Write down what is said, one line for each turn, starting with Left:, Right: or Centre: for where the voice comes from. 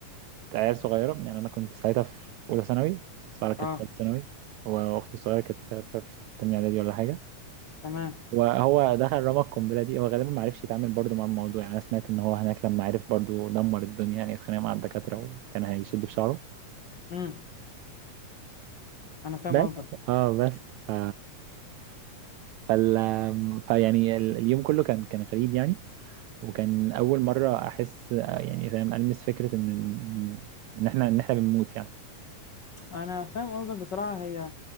Right: عيال صغيره يعني انا كنت ساعتها في اولى ثانوي ساره كانت
Left: اه
Right: في ثالث ثانوي واختي الصغيره كانت في في في تانية اعدادي ولا حاجه
Left: تمام
Right: وهو دخل رمى القنبله دي هو غالبا ما عرفش يتعامل برضو مع الموضوع يعني انا سمعت ان هو هناك لما عرف برضو دمر الدنيا يعني اتخانق مع الدكاتره وكان هيشد في شعره
Left: امم انا فاهم
Right: بس
Left: قصدك
Right: اه بس ف... فال... فيعني ال- اليوم كله كان كان غريب يعني وكان اول مره احس يعني فاهم المس فكره ان ان إن احنا ان احنا بنموت يعني
Left: انا فاهم قصدك بصراحه هي